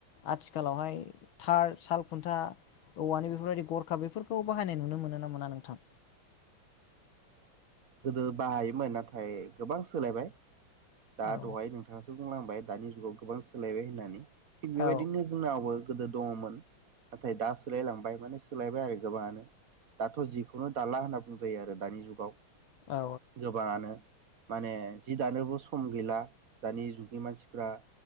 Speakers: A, on the left; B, on the right.
A: आथिखालावहाय थार साल खुन्था औवानि बेफोरबायदि गरखा बेफोरखौ बाहायनाय नुनो मोनो ना मोना नोंथां
B: गोदो बाहायोमोन नाथाय गोबां सोलायबाय दा
A: औ
B: दहाय नोंथाङासो बुंलांबाय दानि जुगाव गोबां सोलायबाय होननानै थिग बेबायदिनो
A: औ
B: जोंनावबो गोदो दङमोन नाथाय दा सोलायलांबाय माने सोलायबाय आरो गोबाङानो दाथ' जिखौनो दाला होनना बुंजायो आरो दानि जुगाव
A: औ
B: गोबाङानो माने जि दानोबो सम गैला दानि जुगनि मानसिफ्रा